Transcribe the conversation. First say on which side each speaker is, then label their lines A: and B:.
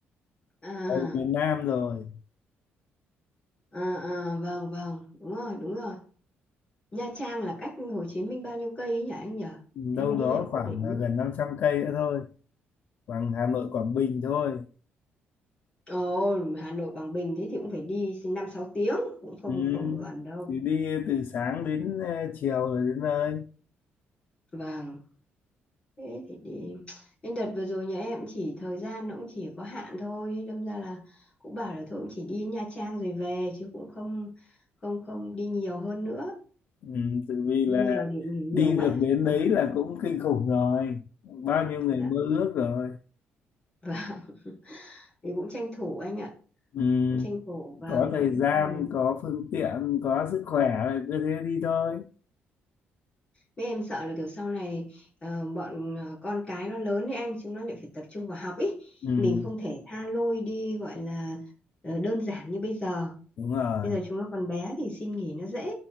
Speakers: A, on the left; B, on the left.
A: à,
B: ở miền Nam rồi
A: à, à, vâng, vâng, đúng rồi, đúng rồi. Nha Trang là cách Hồ Chí Minh bao nhiêu cây ấy nhỉ anh nhỉ?
B: đâu
A: Em đi
B: đó
A: em
B: khoảng
A: không để ý.
B: là gần 500 cây nữa thôi bằng Hà Nội Quảng Bình thôi
A: Ồ, Hà Nội Quảng Bình thế thì cũng phải đi 5 6 tiếng, cũng không
B: ừ.
A: không gần đâu.
B: thì đi từ sáng đến ờ, chiều rồi đến nơi
A: Vâng. Thế thì đi Nên đợt vừa rồi nhà em cũng chỉ thời gian nó cũng chỉ có hạn thôi đâm ra là cũng bảo là thôi cũng chỉ đi Nha Trang rồi về chứ cũng không không không đi nhiều hơn nữa
B: ừ. tự vì
A: đi
B: là
A: nhiều thì nghỉ nhiều
B: đi
A: quá
B: được đến
A: à,
B: đấy là cũng kinh khủng rồi bao nhiêu người
A: dạ
B: mơ ước rồi
A: và <laughs> thì cũng tranh thủ anh ạ
B: ừ.
A: cũng tranh thủ vào
B: có thời
A: chứ
B: gian
A: không thì
B: có phương tiện có sức khỏe là cứ thế đi thôi
A: mấy em sợ là kiểu sau này ờ, bọn ờ, con cái nó lớn đấy anh chúng nó lại phải tập trung vào học ý
B: ừ,
A: mình không thể tha lôi đi gọi là ờ, đơn giản như bây giờ
B: đúng rồi
A: bây giờ chúng nó còn bé thì xin nghỉ nó dễ